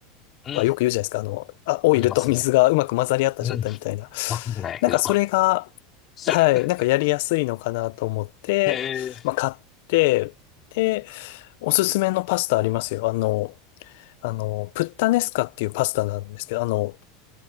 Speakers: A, on the left; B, on the left.
A: うん。
B: なんかよく言うじゃないですか。あの、あ、オイルと水がうまく混ざり合った状態みたいな。
A: 飲みますね。うん。わかんないけど。
B: なんかそれが、
A: <laughs>
B: はい、なんかやりやすいのかなと思って、
A: へえ。
B: まあ買って、で、おすすめのパスタありますよ。あの、あの、プッタネスカっていうパスタなんですけど、あの、